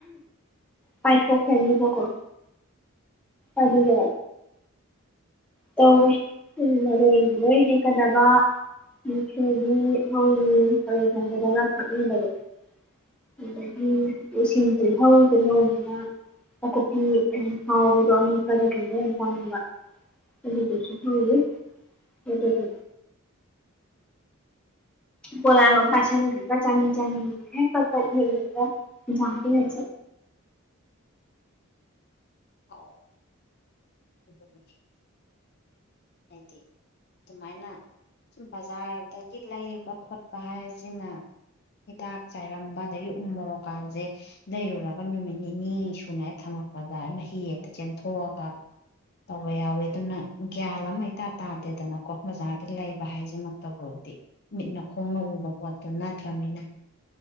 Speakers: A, in the centre; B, on the left.
A: ꯄꯥꯏꯊꯣꯛꯈ꯭ꯔꯅꯤꯕꯥꯀꯣ ꯑꯗꯨꯒꯥ ꯇꯧꯋꯤ ꯃꯔꯣꯏ ꯂꯣꯏ ꯍꯦꯛꯀꯗꯕ ꯃꯨꯛꯊ꯭ꯔꯨꯕꯤ ꯍꯧꯔꯤ ꯊꯔꯣꯏ ꯊꯣꯡꯕꯗꯒ ꯊꯥꯛꯅꯕꯗꯣ ꯑꯗꯨꯗꯒꯤ ꯏꯁꯤꯡ ꯇꯤꯜꯍꯧ ꯇꯤꯜꯍꯧꯗꯅ ꯑꯀꯨꯞꯄꯤ ꯌꯥꯝ ꯍꯥꯎꯕꯗꯣ ꯑꯃꯦꯠꯄꯗ ꯀꯩꯗ ꯌꯥꯝ ꯆꯥꯅꯤꯡꯕ ꯑꯗꯨꯗꯨꯁꯨ ꯍꯧꯔꯤ ꯑꯗꯨꯒ ꯄꯣꯂꯥꯡ ꯑꯝ ꯄꯥꯏꯁꯤꯟꯈ꯭ꯔꯒ ꯆꯥꯅꯤꯡ ꯆꯥꯅꯤꯡ ꯍꯦꯛ ꯄꯠ ꯄꯠ ꯍꯦꯛꯛꯎꯔꯒ ꯏꯟꯁꯥꯡꯗ ꯍꯦꯛ
B: ꯍꯣꯏ ꯑꯗꯨ ꯍꯥꯏꯗꯤ ꯑꯗꯨꯃꯥꯏꯅ ꯁꯨꯝ ꯕꯖꯥꯔꯗꯒꯤ ꯂꯩꯕ ꯈꯣꯠꯄ ꯍꯥꯏꯁꯤꯅ ꯍꯤꯗꯥꯛ ꯆꯥꯏꯔꯝꯕ ꯑꯗꯒꯤ ꯎ ꯃꯔꯣꯔꯣꯛꯀꯥꯟꯁꯦ ꯂꯩꯔꯨꯔꯒ ꯅꯨꯃꯤꯠ ꯅꯤꯅꯤ ꯁꯨꯅ ꯊꯝꯃꯛꯄꯗ ꯃꯍꯤ ꯑꯛꯇ ꯆꯦꯟꯊꯣꯛꯑꯒ ꯇꯧꯕ ꯌꯥꯎꯋꯦ ꯑꯗꯨꯅ ꯒ꯭ꯌꯥꯟ ꯑꯃ ꯏꯇꯥ ꯇꯥꯗꯦꯗꯅꯀꯣ ꯕꯖꯥꯔꯗ ꯂꯩꯕ ꯍꯥꯏꯁꯤꯃꯛꯇꯗꯤ ꯃꯤꯠꯅ ꯈꯣꯡꯅ ꯎꯕ ꯄꯣꯠꯇꯨ ꯅꯠꯇ꯭ꯔꯅꯤꯅ